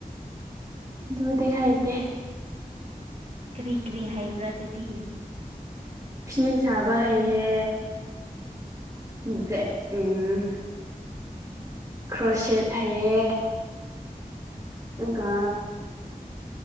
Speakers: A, on the right (about 25°); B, on the right (about 45°).
A: ꯑꯗꯨꯕꯨꯗꯦꯔ ꯍꯥꯏꯥꯏꯇꯦ
B: ꯀ꯭ꯔꯤ ꯀ꯭ꯔꯤ ꯍꯥꯏꯕ꯭ꯔꯥ ꯑꯗꯨꯗꯤ
A: ꯐꯤꯤꯟ ꯁꯕ ꯍꯥꯏꯩꯍꯦ ꯏꯗ꯭ꯔꯦ ꯎꯝ ꯀ꯭ꯔꯣꯁꯦꯠ ꯍꯥꯏꯌꯦꯦ ꯑꯗꯨꯒ